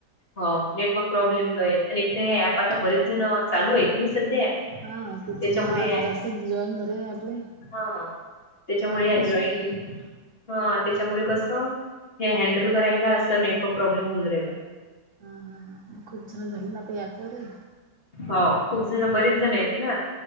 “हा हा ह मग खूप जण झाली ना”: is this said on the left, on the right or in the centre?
Right